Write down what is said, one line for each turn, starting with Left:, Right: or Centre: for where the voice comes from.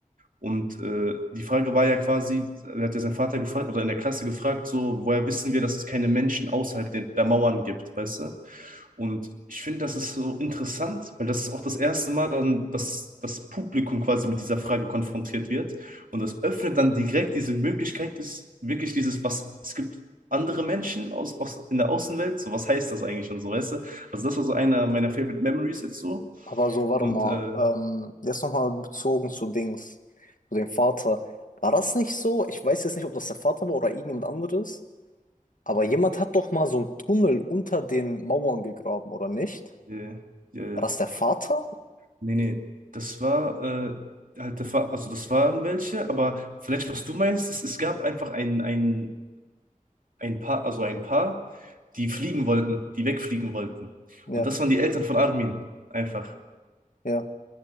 Right: Und äh, die Frage war ja quasi, er hat ja seinen Vater gefragt oder in der Klasse gefragt, so, woher wissen wir, dass es keine Menschen außerhalb der, der Mauern gibt, weißt du? Und ich finde, das ist so interessant, weil das ist auch das erste Mal dann, dass das Publikum quasi mit dieser Frage konfrontiert wird. Und das öffnet dann direkt diese Möglichkeit, ist wirklich dieses, was, es gibt andere Menschen aus, aus, in der Außenwelt, so was heißt das eigentlich und so, weißt du? Also das war so einer meiner Favorite Memories jetzt so.
Left: Aber so, warte
Right: Und
Left: mal,
Right: äh,
Left: ähm, jetzt nochmal bezogen zu Dings, zu dem Vater. War das nicht so? Ich weiß jetzt nicht, ob das der Vater war oder irgendjemand anderes, aber jemand hat doch mal so einen Tunnel unter den Mauern gegraben, oder nicht?
Right: äh, äh,
Left: War das der Vater?
Right: nee, nee, das war äh, halt der Fa also das waren welche, aber vielleicht was du meinst, ist, es gab einfach ein, ein ein Paar, also ein Paar, die fliegen wollten, die wegfliegen wollten.
Left: Ja,
Right: Und das waren die Eltern von Armin, einfach.
Left: ja,